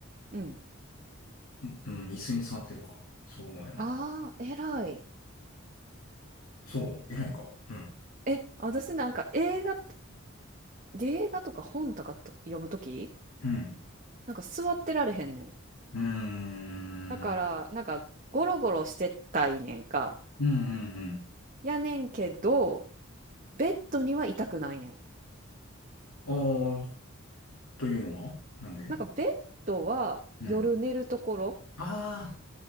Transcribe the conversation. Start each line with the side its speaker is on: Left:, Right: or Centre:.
Right: うん。
Left: うん、うん、椅子に座ってるか。そうやな。
Right: ああ、偉い。
Left: そう、偉いか。うん。
Right: え、私なんか映画、映画とか本とかと読むとき、
Left: うん。
Right: なんか座ってられへんねん。
Left: うーん。
Right: だから、なんかゴロゴロしてたいねんか。
Left: うんうんう
Right: やねんけど、ベッドには痛くないねん。
Left: ん。ああ、というのはなんで
Right: なんかベッドは夜寝るところっ
Left: うん。あ